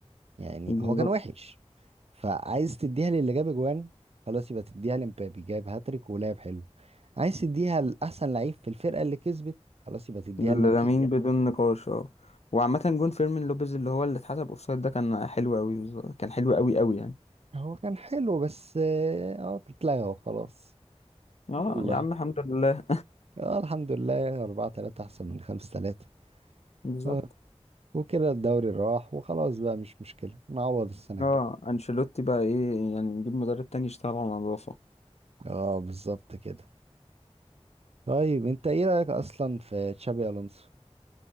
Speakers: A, on the right; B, on the left.
A: يعني
B: بالظبط
A: هو كان وحش فعايز تديها للي جاب اجوان خلاص يبقى تديها لمبابي جاب هاتريك ولعب حلو عايز تديها لاحسن لعيب في الفرقه اللي كسبت خلاص يبقى تديها
B: لامين
A: لامين
B: بدون نقاش اه وعامة جون فيرمين لوبيز اللي هو اللي اتحسب اوفسايد ده كان حلو قوي بالظبط كان حلو قوي قوي يعني
A: هو كان حلو بس اه آه، اتلغى وخلاص
B: اه
A: يلا
B: يا عم الحمد لله
A: اه الحمد لله 4 3 احسن من 5 3
B: بالظبط
A: اه وكده الدوري راح وخلاص بقى مش مشكله نعوض السنه
B: اه
A: الجايه
B: انشيلوتي بقى ايه يعني نجيب مدرب تاني يشتغل على النظافة
A: اه بالظبط كده طيب انت ايه رايك اصلا في تشابي الونسو